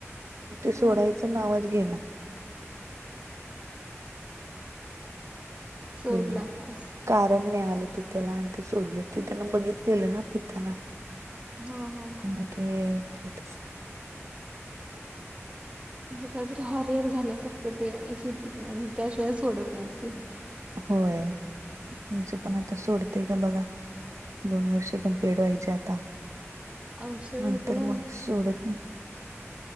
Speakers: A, on the right; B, on the right.
A: मग ती सोडायचं
B: हा
A: नावच घेना.
B: सोडला
A: हे
B: आत्ता.
A: कारण मिळालं ते त्याला आणि ते सोडलं. ते त्यांनं बघितलेलं ना पिताना
B: हा हा.
A: मग ते झालं तस.
B: हम् <inaudible> असं काहीतरी हा रियल झाल्यासारखं ती अशी पीत नाय त्या शिवाय सोडत नाही ती.
A: होय तुमचे पण तो सोडते का बघा दोन वर्ष कमप्लीट व्हायची आता.
B: औषधातला
A: नंतर मग सोडत नाही.